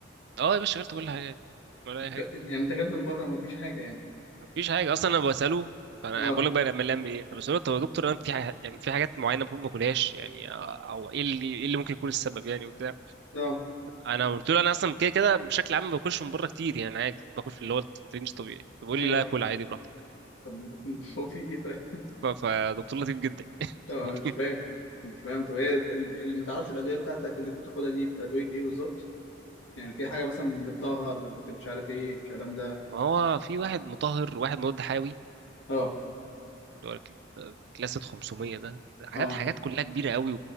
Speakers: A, on the right; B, on the left.
A: اه يا باشا غيرت كل حاجة يعني. ولا اي حاجة
B: ك- يعني انت اكلت من بره مفيش حاجة يعني
A: مفيش حاجة اصلا انا بسأله فانا
B: اه
A: بقول لك بقى لما لم ايه فبسأله طب يا دكتور انا في ح- يعني في حاجات معينة المفروض ما اكلهاش يعني آه، او ايه اللي ايه اللي ممكن يكون السبب يعني وبتاع
B: اه
A: انا قلت له انا اصلا كده كده بشكل عام ما باكلش من بره كتير يعني عادي باكل في اللي هو الرينج طبيعي فبيقول
B: ايوه
A: لي لا كل عادي براحتك
B: طب <laughs> هو في ايه طيب؟
A: ف- فدكتور لطيف جدا <laughs>
B: طب أنا
A: يعني
B: مش فاهم مش فاهم طب هي ال- ال- اللي ما تعرفش الادويه بتاعتك اللي انت بتاخدها دي ادويه ايه بالظبط؟ يعني في حاجه مثلا بتطهر بت- مش عارف ايه الكلام ده
A: ما هو في واحد مطهر وواحد مضاد حيوي
B: اه
A: اللي هو ال- كلاسة 500 ده حاجات
B: اه
A: حاجات كلها كبيره قوي